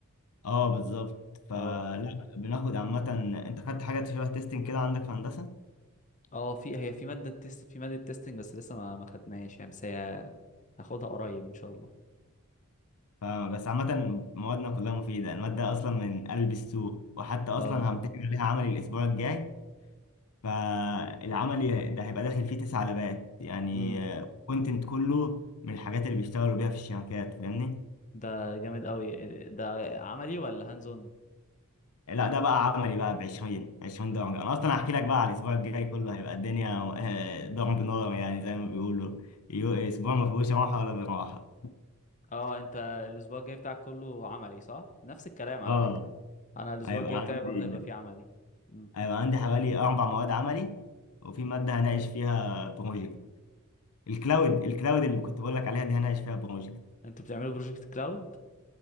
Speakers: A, on the left; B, on the left.
A: اه بالظبط فلا
B: اه
A: بناخد عامة انت خدت حاجة شبه تيستنج كده عندك في هندسة
B: اه في هي في ماده تيست في ماده تيستنج بس لسه ما ما خدناهاش يعني بس هي هاخدها قريب ان شاء الله
A: فبس عامة موادنا كلها مفيدة المادة أصلا من قلب السوق وحتى أصلا
B: اه
A: همتحن عليها عملي الأسبوع الجاي فالعملي ده هيبقى داخل فيه تسع لبات يعني
B: امم
A: كونتنت كله من الحاجات اللي بيشتغلوا بيها في الشركات فاهمني؟
B: ده جامد قوي ده عملي ولا هاندز اون
A: لا ده بقى عملي بقى ب 20 20 درجة أنا أصلا هحكي لك بقى على الأسبوع الجاي كله هيبقى الدنيا آه، ضرب نار يعني زي ما بيقولوا يو- أسبوع ما فيهوش راحة ولا براحة
B: اه انت الاسبوع الجاي بتاعك كله عملي صح نفس الكلام على
A: اه
B: فكرة انا الاسبوع
A: هيبقى
B: الجاي
A: عندي
B: بتاعي برضه هيبقى فيه عملي مم.
A: هيبقى عندي حوالي أربع مواد عملي وفي مادة هناقش فيها بروجكت الكلاود الكلاود اللي كنت بقول لك عليها دي هناقش فيها بروجكت
B: انتوا بتعملوا بروجكت كلاود